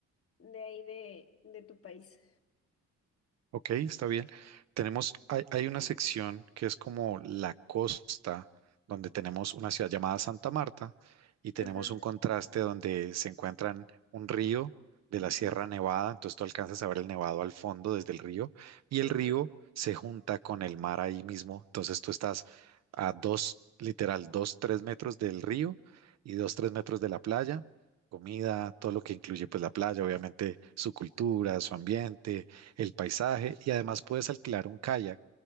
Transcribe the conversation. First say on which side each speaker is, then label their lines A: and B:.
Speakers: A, on the left; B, on the right.
A: de ahí de, de tu país.
B: Ok, está bien. Tenemos, hay, hay una sección que es como la costa, donde tenemos una ciudad llamada Santa Marta y tenemos
A: Ajá,
B: un contraste donde se encuentran un río de
A: ajá,
B: la Sierra Nevada, entonces tú alcanzas a ver el nevado al fondo desde el río y
A: ajá,
B: el río se junta con el mar ahí mismo, entonces tú estás a dos, literal, dos, tres metros del río y dos, tres metros de la playa. comida, todo lo que incluye pues la playa, obviamente su cultura, su ambiente, el paisaje y además puedes alquilar un kayak